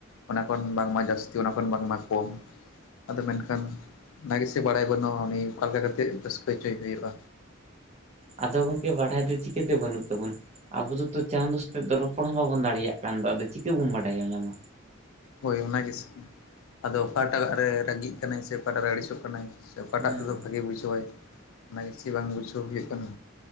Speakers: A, on the left (about 80°); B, on the right (about 30°).
A: ᱚᱱᱟ ᱠᱷᱚᱱ ᱵᱟᱝᱢᱟ ᱡᱟᱹᱥᱛᱤ, ᱚᱱᱟ ᱠᱷᱚᱱ ᱵᱟᱝᱢᱟ ᱠᱚᱢ᱾ ᱟᱫᱚ ᱢᱮᱱᱠᱷᱟᱱ ᱚᱱᱟᱜᱮ ᱥᱮ ᱵᱟᱲᱟᱭ ᱵᱟᱹᱱᱩᱜ-ᱟ, ᱩᱱᱤ ᱚᱠᱟ ᱞᱮᱠᱟ ᱠᱟᱛᱮᱜ ᱨᱟᱹᱥᱠᱟᱹ ᱦᱚᱪᱚᱭ ᱦᱩᱭᱩᱜ-ᱟ᱾
B: ᱟᱫᱚ ᱜᱚᱝᱠᱮ ᱵᱟᱲᱦᱟᱭ ᱫᱚ ᱪᱤᱠᱟᱹᱛᱮ ᱵᱟᱹᱱᱩᱜ ᱛᱟᱵᱚᱱᱟ? ᱟᱵᱚ ᱫᱚᱛᱚ ᱪᱟᱸᱫᱳ ᱥᱟᱛᱮᱜ ᱫᱚ ᱨᱚᱯᱚᱲ ᱦᱚᱸ ᱵᱟᱵᱚᱱ ᱫᱟᱲᱮᱭᱟᱜ ᱠᱟᱱ ᱫᱚ ᱟᱫᱚ ᱪᱤᱠᱟᱹ ᱵᱚᱱ ᱵᱟᱰᱟᱭᱟ ᱧᱟᱢᱟ᱾
A: ᱦᱳᱭ ᱚᱱᱟ ᱜᱮᱥᱮ ᱟᱫᱚ ᱚᱠᱟᱴᱟᱜ ᱨᱮ ᱨᱟᱹᱜᱤᱜ ᱠᱟᱱᱟᱭ ᱥᱮ ᱚᱠᱟᱴᱟᱜ ᱨᱮ ᱟᱹᱲᱤᱥᱚᱜ ᱠᱟᱱᱟᱭ᱾ ᱥᱮ ᱚᱠᱟᱴᱟᱜ
B: ᱦᱮᱸ
A: ᱛᱮᱫᱚ ᱵᱷᱟᱜᱮ ᱵᱩᱡᱷᱟᱹᱣᱟᱭ <inaudible> ᱵᱟᱝ ᱵᱩᱡᱷᱟᱹᱣ ᱦᱩᱭᱩᱜ ᱠᱟᱱᱟ᱾